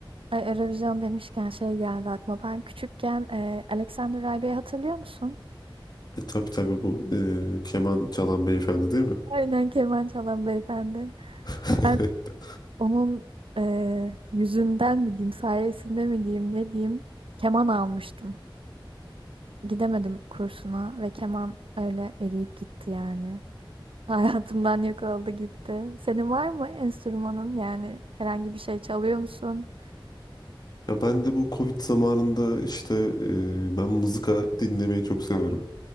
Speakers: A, on the right (about 80°); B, on the left (about 50°).
A: Ay, Eurovision demişken şey geldi aklıma. Ben küçükken e, Alexander Rybak'ı hatırlıyor musun?
B: E tabii tabii bu e, keman çalan beyefendi değil mi?
A: Aynen keman çalan beyefendi.
B: <laughs>
A: Ben onun eee, yüzünden mi diyeyim, sayesinde mi diyeyim, ne diyeyim, keman almıştım. Gidemedim kursuna ve keman öyle eriyip gitti yani. <laughs> Hayatımdan yok oldu gitti. Senin var mı enstrümanın yani herhangi bir şey çalıyor musun?
B: Ya ben de bu Covid zamanında işte e, ben mızıka dinlemeyi çok severim.